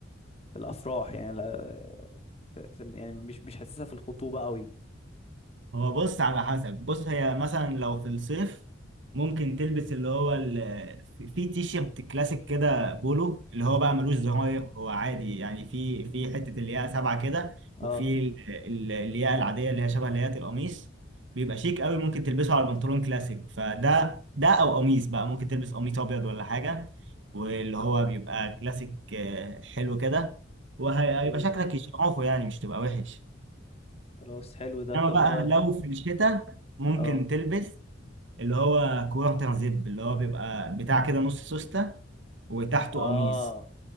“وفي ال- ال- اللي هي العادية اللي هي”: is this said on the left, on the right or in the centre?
Right